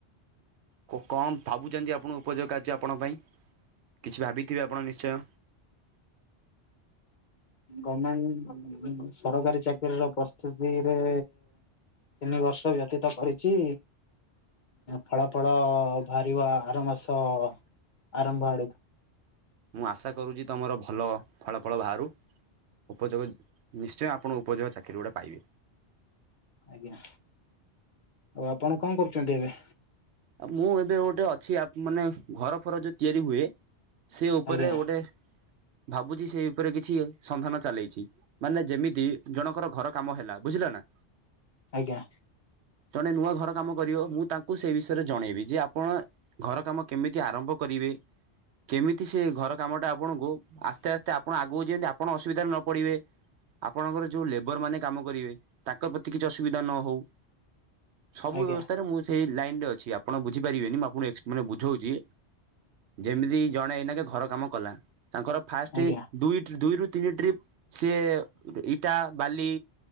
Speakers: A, on the right; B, on the left.
A: କ କମ୍ ଭାବୁଚନ୍ତି ଆପଣଙ୍କୁ ଉପଯୋଗ କାର୍ଯ୍ୟ ଆପଣଙ୍କ ପାଇଁ କିଛି ଭାବିଥିବେ ଆପଣ ନିଶ୍ଚୟ?
B: ଗଭଣମେଣ୍ଟ ସରକାରୀ ଚାକିରିର ପ୍ରସ୍ତୁତିରେ ତିନି ବର୍ଷ ବ୍ୟତୀତ କରିଛି। ଫଳାଫଳ ବାହାରିବ ଆର ମାସ ଆରମ୍ଭ ଆଡକୁ।
A: ମୁଁ ଆଶା କରୁଛି ତମର ଭଲ ଫଳାଫଳ ବାହାରୁ। ଉପଯୋଗ, ନିଶ୍ଚୟ ଆପଣ ଉପଯୋଗ ଚାକିରି ଗୁଡ଼ା ପାଇବେ।
B: ଆଜ୍ଞା, ଆଉ ଆପଣ କଣ କରୁଛନ୍ତି ଏବେ?
A: ଆ ମୁଁ ଏବେ ଗୋଟେ ଅଛି ଆ ମାନେ ଘର ଫର ଯୋଉ ତିଆରି ହୁଏ। ସେ ଉପରେ
B: ଆଜ୍ଞା
A: ଗୋଟେ, ଭାବୁଛି ସେଇ ଉପରେ କିଛି ସନ୍ଧାନ ଚାଲେଇଛି। ମାନେ ଯେମିତି ଜଣଙ୍କର ଘର କାମ ହେଲା ବୁଝିଲ ନା।
B: ଆଜ୍ଞା।
A: ଜଣେ ନୂଆ ଘର କାମ କରିବ ମୁଁ ତାଙ୍କୁ ସେ ବିଷୟ ରେ ଜଣେଇବି ଯେ, ଆପଣ ଘର କାମ କେମିତି ଆରମ୍ଭ କରିବେ? କେମିତି ସେ ଘର କାମ ଟା ଆପଣଙ୍କୁ ଆସ୍ତେ ଆସ୍ତେ ଆପଣ ଆଗକୁ ଯେମିତି ଆପଣ ଅସୁବିଧାରେ ନ ପଡିବେ। ଆପଣଙ୍କର ଯୋଉ ଲେବରମାନେ କାମ କରିବେ ତାଙ୍କ ପ୍ରତି କିଛି ଅସୁବିଧା ନ ହେଉ। ସବୁ
B: ଆଜ୍ଞା
A: ବ୍ୟବସ୍ଥାରେ ମୁଁ ସେଇ ଲାଇନରେ ଅଛି। ଅଛି। ଆପଣ ବୁଝିପାରିବେନି ମୁଁ ଆପଣଙ୍କୁ ଏକ୍ସ ମାନେ ବୁଝଉଛି ଯେମିତି ଜଣେ ଏଇନାକେ ଘର କାମ କଲା, ତାଙ୍କର ଫାଷ୍ଟ
B: ଆଜ୍ଞା
A: ଦୁଇ ଦୁଇରୁ ତିନି ଟ୍ରିପ୍ ସିଏ ଇଟା ବାଲି